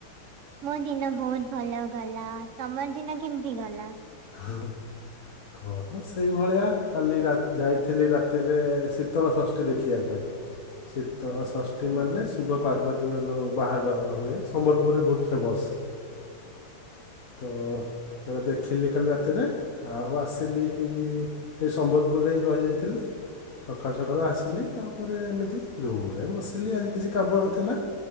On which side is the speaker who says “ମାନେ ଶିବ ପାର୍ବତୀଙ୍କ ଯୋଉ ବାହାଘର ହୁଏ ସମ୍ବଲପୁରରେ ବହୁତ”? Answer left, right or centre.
Left